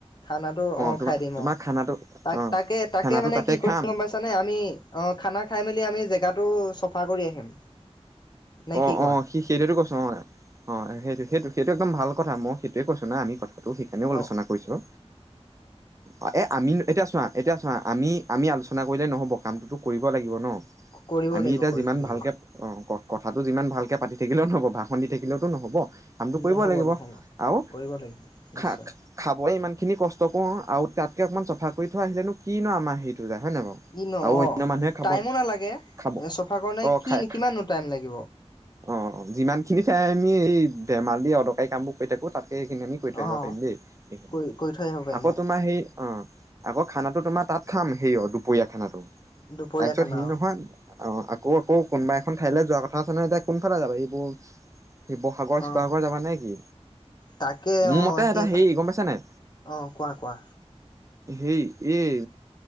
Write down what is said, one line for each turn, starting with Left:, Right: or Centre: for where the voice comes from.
Left: খানাতো অ
Right: তোমাৰ
Left: খাই দিম
Right: তোমাৰ
Left: অ
Right: খানাটো
Left: তাক
Right: অ
Left: তাকে তাকে
Right: খানাটো
Left: মানে
Right: তাতে
Left: কি কৰিম
Right: খাম
Left: গম পাইছানে আমি অ খানা খাই মেলি আমি জেগাত তু চফা কৰি আহিম। নে
Right: অ
Left: কি কোৱা
Right: অ সি সেইটোৱেই কৈছো অ অ সেইটো সেইটো সেইটো একদম ভাল কথা মই সেইটোৱেই কৈছ না আমি কথা তাতটো সেইকাৰণেও আলোচনা
Left: অ
Right: কৰিছোঁ অ এ আমি এতিয়া চোৱা এতিয়া চোৱা আমি আমি আলোচনা কৰিলে নহ'ব কামটোতো কৰিব কৰিব লাগিব ন
Left: কৰিব
Right: আমি
Left: লাগিব
Right: এতিয়া
Left: কৰিব
Right: যিমান
Left: লাগিব
Right: ভালকে অ ক কথাটো যিমান ভালকৈ পাতি থাকিলেও নহ'ব ভা শুনি থাকিলেওতো নহ'ব কামটো কৰিবই
Left: নহ'ব
Right: লাগিব
Left: নহ'ব
Right: আৰু
Left: কৰিব লাগিব নিশ্চয়
Right: খা খাবই ইমান। সেইখিনি কষ্ট কৰোঁ আৰু তাতকৈ অকণমান চফা কৰি থোৱা আহিলেনো কি ন আমাৰ হেৰিটো যায়। হয় নাই বাৰু।
Left: কি ন
Right: আৰু অন্য
Left: অ
Right: মানুহে খাব
Left: টাইমো নালাগে
Right: খাব
Left: এ চফা কৰা নাই
Right: অ',
Left: কি
Right: খাই
Left: কিমান টাইম লাগে।
Right: অ যিমান খিনি চাই আমি এই। ধেমাল দি অদৰকাৰী কাম বোৰ কৰি থাকোঁ তাত এইখিনি আমি কৰি থাকিব
Left: অ
Right: পাৰিম দেই সেইখিনি
Left: কৰি কৰি থৈ আহিব পাৰিম
Right: আকৌ
Left: অ
Right: তোমাৰ সেই অ আকৌ খানাো তোমাৰ তাত খাম সে অ দুপৰীয়া খানাটো
Left: দুপৰীয়া
Right: তাৰপিছত
Left: খানা
Right: সি
Left: অ
Right: নহয় অ আকৌ আকৌ কোনোবা এখন ঠাই যোৱা ক চ নাইয়া কোনফালে যাবা এইবোৰ শিৱসাগৰ
Left: অ
Right: শিৱসাগৰ যাবা নে কি
Left: তাকে
Right: মোৰ
Left: অ
Right: মতে
Left: সেইফাল
Right: এটা হেৰি গম পাইছা নাই
Left: অ কোৱা কোৱা
Right: হেই এই